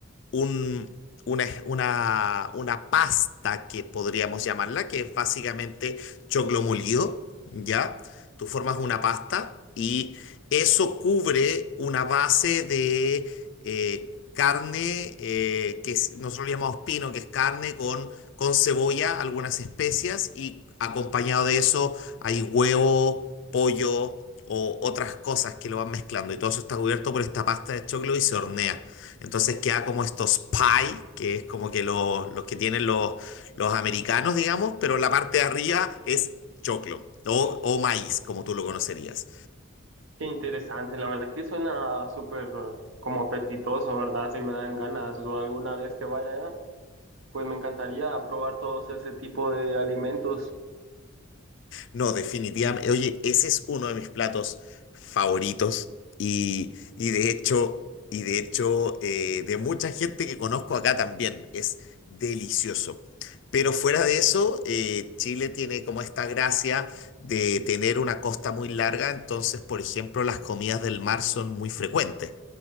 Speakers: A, on the left; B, on the right.
A: un- una, una, una pasta que podríamos llamarla, que es básicamente choclo molido, ¿ya? Tú formas una pasta y eso cubre una base de eh, carne, eh, que es- nosotros le llamamos pino, que es carne con, con cebolla, algunas especias y acompañado de eso hay huevo, pollo o otras cosas que lo van mezclando y todo eso está cubierto por esta pasta de choclo y se hornea. Entonces queda como estos pie, que es como que los, los que tienen los, los americanos, digamos, pero la parte de arriba es choclo o, o maíz, como tú lo conocerías.
B: Qué interesante, la verdad que suena súper eh, como apetitoso, ¿verdad? Si me dan ganas o alguna vez que vaya allá. Pues me encantaría probar todos ese tipo de alimentos.
A: No, definitivamente. Oye, ese es uno de mis platos favoritos y, y de hecho, y de hecho, eh, de mucha gente que conozco acá también. Es delicioso. Pero fuera de eso, eh, Chile tiene como esta gracia de tener una costa muy larga, entonces, por ejemplo, las comidas del mar son muy frecuentes.